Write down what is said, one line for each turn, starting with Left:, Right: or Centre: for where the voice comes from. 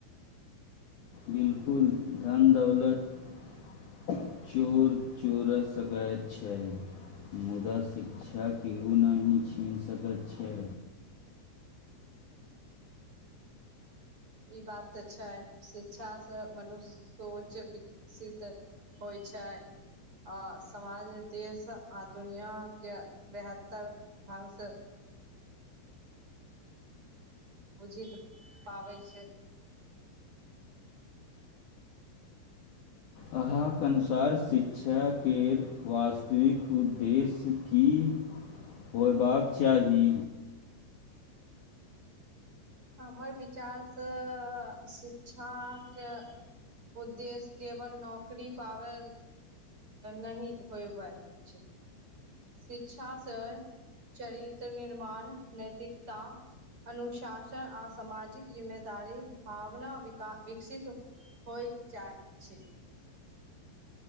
Left: बिलकुल, धन दौलत सेहो छोड़ि सकैत छै मुदा शिक्षा के ओ नहिं छीन सकैत छै।
Right: इ बात त छै। शिक्षा से मनुष्यक सोच विकसित होइ छै आ समाज, देश आ दुनिया के बेहतर ढंग से बुझि त पाबै छै।
Left: अहांके अनुसार शिक्षाके वास्तविक उद्देश्य की होयबाक चाही?
Right: हमर विचार से शिक्षा के उद्देश्य केवल नौकरी पायब नै होयबाक छै, शिक्षा से चरित्र निर्माण, नैतिकता, अनुशास सन, शिक्षण आ सामाजिक जिम्मेदारी भावना विकसित होइत चाहै छी।